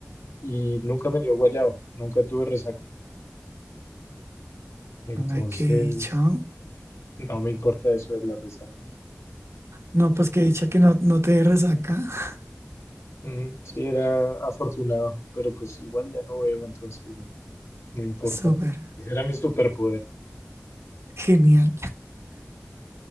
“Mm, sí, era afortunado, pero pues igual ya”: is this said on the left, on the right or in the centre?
Left